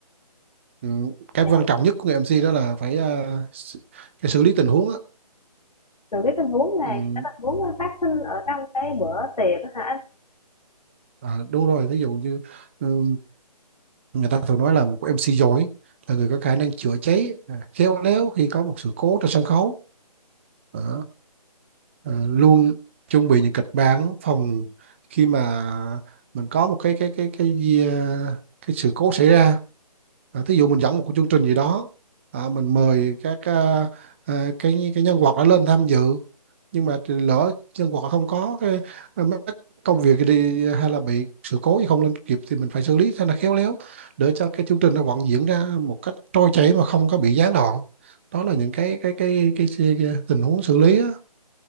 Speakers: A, on the right; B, on the left.
A: ừ. cái
B: là
A: quan trọng nhất của người MC đó là phải à, s- cái xử lý tình huống á
B: xử lý tình huống này
A: ừ.
B: cái tình huống nó phát sinh ở trong cái bữa tiệc á hả
A: à, đúng rồi ví dụ như ừ, người ta thường nói là một MC giỏi là người có khả năng chữa cháy à, khéo léo khi có một sự cố trên sân khấu Đó. ờ, luôn chuẩn bị những kịch bản phòng khi mà mình có một cái cái cái cái gì, ờ, cái sự cố xảy ra à, thí dụ mình dẫn một cái chương trình gì đó à, mình mời các ờ, ờ, cái cái nhân vật đã lên tham dự nhưng mà thì lỡ nhân vật không có cái, cái mấy cái công việc đi hay là bị sự cố gì không lên kịp thì mình phải xử lý cho nó khéo léo để cho cái chương trình nó vẫn diễn ra một cách trôi chảy mà không có bị gián đoạn đó là những cái cái cái cái, cái, cái tình huống xử lý á